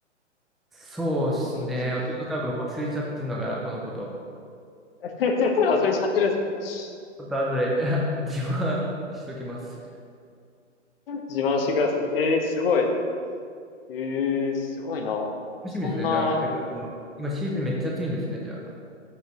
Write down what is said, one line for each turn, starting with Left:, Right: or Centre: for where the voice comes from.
Centre: そうですね。
Left: それこそ。
Centre: 弟多分忘れちゃってるのかな、
Left: <laughs>
Centre: このこと。
Left: 忘れちゃってるんですか
Centre: ちょっと後で <laughs> 自慢しときます。
Left: 自慢してください。えー、すごい。えー、すごいな。
Centre: 楽しみですね。
Left: そんな、
Centre: じゃあ、これから今。今シーズンめっちゃ暑いんですね、じゃあ。